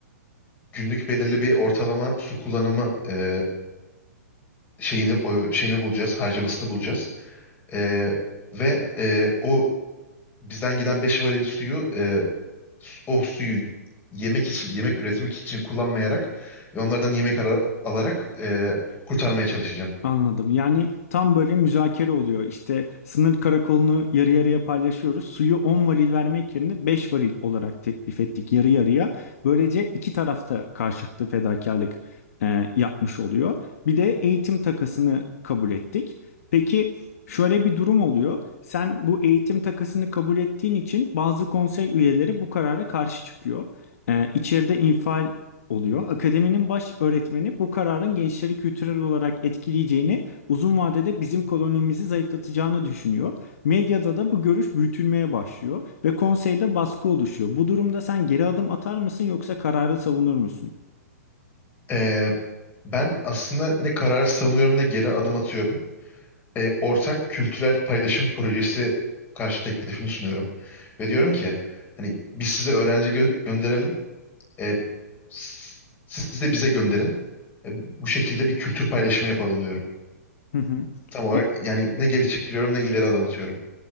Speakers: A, on the left (about 20°); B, on the left (about 65°).
A: günlük belirli bir ortalama su kullanımı e, şeyini o- şeyini bulacağız, harcamasını bulacağız. E, ve e, o bizden giden 5 varil suyu e, o suyu yemek için yemek üretmek için kullanmayarak ve onlardan yemek ara- alarak e, kurtarmaya çalışacağım.
B: Anladım. Yani tam böyle müzakere oluyor. İşte sınır karakolunu yarı yarıya paylaşıyoruz. Suyu 10 varil vermek yerine 5 varil olarak teklif ettik yarı yarıya. Böylece iki tarafta karşılıklı fedakarlık e, yapmış oluyor. Bir de eğitim takasını kabul ettik. Peki şöyle bir durum oluyor. Sen bu eğitim takasını kabul ettiğin için bazı konsey üyeleri bu karara karşı çıkıyor. E, içeride infial oluyor. Akademinin baş öğretmeni bu kararın gençleri kültürel olarak etkileyeceğini, uzun vadede bizim kolonimizi zayıflatacağını düşünüyor. Medyada da bu görüş büyütülmeye başlıyor ve konseyde baskı oluşuyor. Bu durumda sen geri adım atar mısın yoksa kararı savunur musun?
A: Ee, ben aslında ne karar savunuyorum ne geri adım atıyorum. Ee, ortak kültürel paylaşım projesi karşı teklifini sunuyorum. Ve diyorum ki hani biz size öğrenci gö- gönderelim. Ee, s- siz de bize gönderin. Ee, bu şekilde bir kültür paylaşımı yapalım diyorum.
B: Hı hı.
A: Tam olarak
B: Y-
A: yani ne geri çekiliyorum ne ileri adım atıyorum.